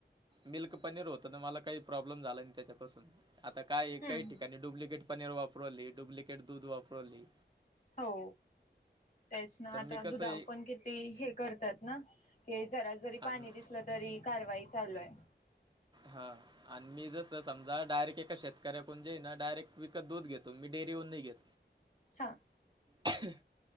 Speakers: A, on the right; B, on the left.
A: मिल्क पनीर होतं ना, मला काही प्रॉब्लेम झाला नाही त्याच्यापासून. आता काय
B: हम्म
A: काही ठिकाणी. डुप्लिकेट पनीर वापरू राहले डुप्लिकेट दूध वापरू राहले.
B: हो. तेच ना, आता
A: मी कसं
B: दुधावर
A: आहे
B: पण किती हे करतात ना, की जरा जरी
A: आणि
B: पाणी दिसल लं तरी कारवाई चालू आहे.
A: हां. आन मी, जसं समजा, डायरेक्ट एका शेतकऱ्याकडून जे हे ना, डायरेक्ट विकत दूध घेतो. मी डेअरीहून नाही घेत.
B: हां.
A: छि, हं.